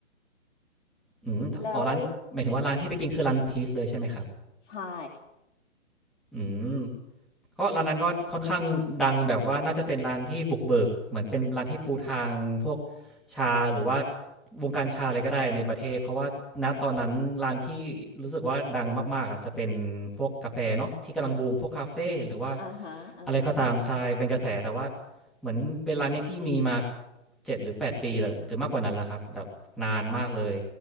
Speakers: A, in the centre; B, on the left.
A: อืมอ๋อร้านหมายถึงว่าร้านที่ไปกินคือร้าน
B: แล้ว
A: Peace เลยใช่ไหมครับ
B: ใช่
A: อืม ก็ร้านนั้นก็ค่อนข้างดังแบบว่าน่าจะเป็นร้านที่บุกเบิกเหมือนเป็นร้านที่ปูทางพวกชาหรือว่าวงการชาอะไรก็ได้ในประเทศเพราะว่าณตอนนั้นร้านที่รู้สึกว่าดังมากๆอ่ะจะเป็นพวกกาแฟเนาะที่กำลังบูมพวกคาเฟ่หรือว่า
B: อ่าฮะอ่าฮะ
A: อะไรก็ตามใช่เป็นกระแสแต่ว่าเหมือนเป็นร้านเนี้ยที่มีมาเจ็ดหรือแปดปีหรือหรือมากกว่านั้นแล้วครับแบบนานมากเลย